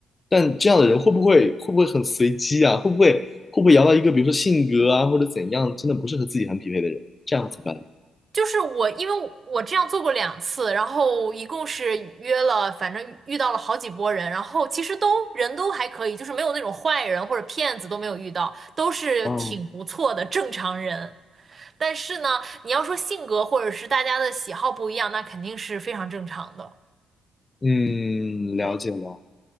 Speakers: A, on the left; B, on the right.
A: 但这样的人会不会会不会很随机啊？会不会会不会摇到一个比如说性格啊或者怎样，真的不是和自己很匹配的人，这样怎么办？
B: 就是我，因为我这样做过两次，然后一共是约了，反正遇到了好几波人，然后其实都人都还可以，就是没有那种坏人或者骗子都没有遇到，都是挺不错的正常人。
A: 哦，
B: 但是呢，你要说性格或者是大家的喜好不一样，那肯定是非常正常的。
A: 嗯，
B: 对，
A: 了解了。